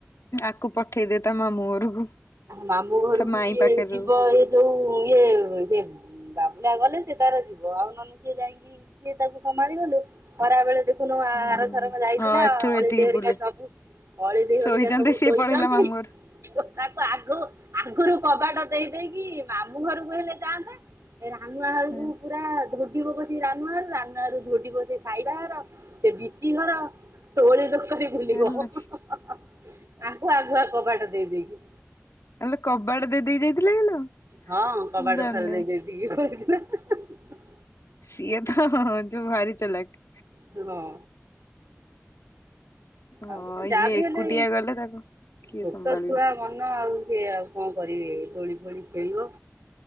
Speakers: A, on the left; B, on the right.
A: ଆକୁ ପଠେଇଦେ ତା ମାମୁୁଁ ଘରକୁ।
B: ମାମୁଁ ଘରକୁ
A: ତା ମାଇଁ
B: ଇଏ
A: ପାଖରେ
B: ଯିବ
A: ରହୁ
B: ଏ ଯୋଉ ଇଏ ସେ ବାବୁଲା ଗଲେ ସେ ତାର ଯିବ। ଆଉ ନହେଲେ ସିଏ ଯାଇଁକି କିଏ ତାକୁ ସମ୍ଭାଳିବ ଲୋ। ଖରା ବେଳେ ଦେଖୁନୁ ଆରଥରକ
A: ହୁଁ
B: ଯାଇଥିଲା
A: ହଁ ଏଠୁ
B: ଅଳି
A: ଏଠିକି
B: ଦେଇ ହେରିକା
A: ବୁଲେ
B: ସବୁ ଅଳି ଦେଈ
A: ଶୋଇଛନ୍ତି
B: ହେରିକା ସବୁ
A: ସିଏ
B: ଶୋଇଛନ୍ତି
A: ପଳେଇଲା ମାମୁଁ ଘର
B: ତାକୁ ଆଗ ଆଗରୁ କବାଟ ଦେଇ ଦେଇକି ମାମୁଁ ଘରକୁ ହେଲେ ଯାଆନ୍ତା। ଏ ରାନୁଆ ଘରକୁ
A: ହଁ
B: ପୁରା ଧୋଡିବ କଷିକି ରାନୁଆ ଘରୁ ରାନୁଆ ଘରୁ ଧୋଡିବ ସେଇ ସାଇବା ଘର। ସେ ବିଚି ଘର। ତୋଳି <unintelligible> ବୁଲିବ।
A: ହେଲୋ
B: ଆଙ୍କୁ ଆଗୁଆ କବାଟ ଦେଇ ଦେଇକି।
A: ଆଲୋ କବାଟ ଦେଇ ଦେଇକି ଯାଇଥିଲା କିଲୋ।
B: ହଁ। କବାଟ
A: ମୁଁ ଜାଣିନି
B: ଥରେ ଦେଇ ଦେଇକି ପଳେଇଥିଲା।
A: ସିଏ ତ ଯୋଉ ଭାରି ଚାଲାକ୍।
B: ହଁ।
A: ହଁ
B: ଆଉ ଗୋଟେ ଯାହା
A: ଇଏ
B: ବି
A: ଏକୁଟିଆ
B: ହେଲେ
A: ଗଲେ ତାକୁ କିଏ
B: ଛୋଟ
A: ସମ୍ଭାଳିବ
B: ଛୁଆ ମନ ଆଉ ସିଏ ଆଉ କଣ କରିବେ। ଦୋଳି ଫୋଳି ଖେଳିବ।